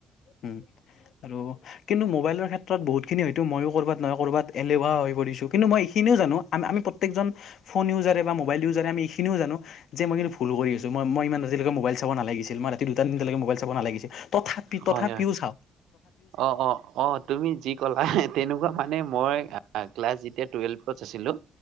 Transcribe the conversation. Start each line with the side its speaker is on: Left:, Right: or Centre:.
Left: উম আৰু কিন্তু মোাইৰ ক্ষেত্ৰত বহুতখিনি হয়ো ময়ো ক'ৰাত নহয় কৰবাত এলেৱ হৈ পৰিছঁ কিন্তু মই এইখিনিও জানো আম আমি প্ৰত্যেকজন ফোন ইউজাৰে বা মবাইল ইজাৰে আমি এইখিনিও জানো যে মই কিন্তু ভুল কৰিছো মই আজে ম মবাইল চাব নালাগিছিল মই ৰাতি দুটা দতিৈকে মোবল চাব নালাগিছিল ত
Right: হয়
Left: তাপিওাওঁ
Right: হয় অ অ অ তুমি যি কলা তেনেকুৱা মানে মই ক্লাছ যেতিয়া টুৱেলভত আছিলো